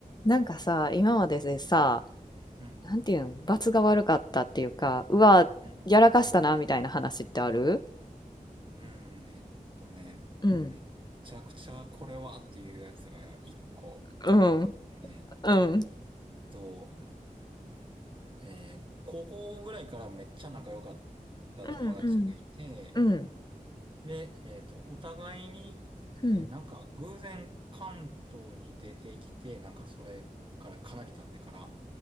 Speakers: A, on the left; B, on the right.
A: なんかさ、今まででさ、
B: うん。
A: なんていうん罰が悪かったっていうか、うわ、
B: うん。
A: やらかしたな、みたいな話ってある
B: うん。えっとね、もうめっちゃくちゃこれはっていうやつが一個あってね、
A: うん。うん。うん。
B: えっと、えー高校ぐらいからめっちゃ仲良かった友達がいて、
A: うん。うん。うん。
B: で、えっと、お互いに、えーなんか偶然関東に出てきて、
A: うん。
B: なんかそれからかなり経ってから、